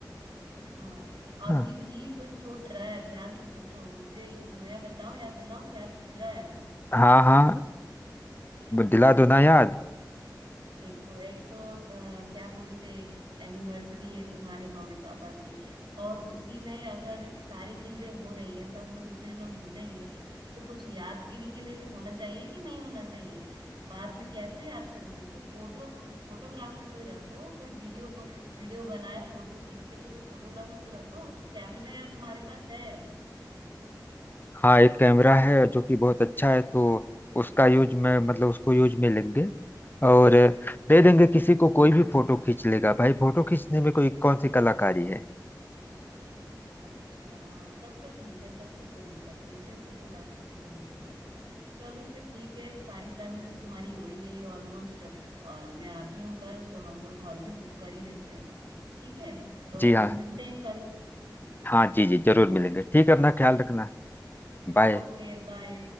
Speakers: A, on the right; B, on the left.
A: हाँ अभी
B: हाँ
A: भी कुछ छूट रहा है ध्यान से सोचो मुझे मैं बताऊं याद दिलाऊं क्या छूट रहा है
B: हाँ हाँ दिला दो ना याद
A: देखो एक तो अ, क्या बोलते एनिवर्सरी है तुम्हारे मम्मी पापा की और उसी में अगर सारी चीजें हो रही है सब लोग इतने लोग जुटेंगे तो कुछ यादगिरी के लिए भी होना चाहिए कि नहीं होना चाहिए बाद में कैसे याद करोगे तो फोटो फोटोग्राफर कोई रखो कोई वीडियो वीडियो बनाए फोटो खींचे तो कोई फोटोग्राफर तो रखो कैमरा यार तुम्हारे पास है
B: हाँ एक कैमरा है जो कि बहुत अच्छा है तो उसका यूज में मतलब उसको यूज में लेंगे और दे देंगे किसी को कोई भी फोटो खींच लेगा भाई फोटो खींचने में कोई कौन सी कलाकारी है
A: अच्छा तब तो ठीक है तब तो कोई दिक्कत नहीं है फिर फोटोग्राफर की जरूरत नहीं है चलो फिर ठीक है सारी प्लानिंग तो तुम्हारी हो ही गई है ऑलमोस्ट और मैं आती हूँ कल तो हम लोग हॉल भी बुक कर ही देते हैं ठीक है तो
B: जी हाँ
A: हम मिलते हैं कल
B: हाँ जी जी जरूर मिलेंगे ठीक है अपना ख्याल रखना बाय
A: Okay bye